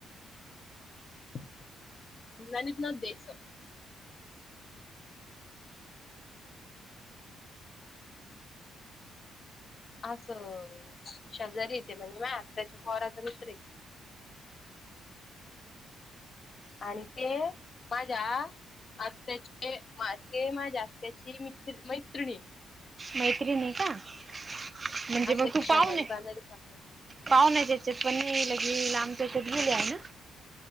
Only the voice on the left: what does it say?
<unintelligible> असं शेजारी तेे म्हणजे माय त्याच्या पोवराचा मित्र आहे. आणि ते माझ्या. आत््याचे ते माझ्या आत्तची मित मैत्रिणी.
असे
शेजारी
पाजारी समजा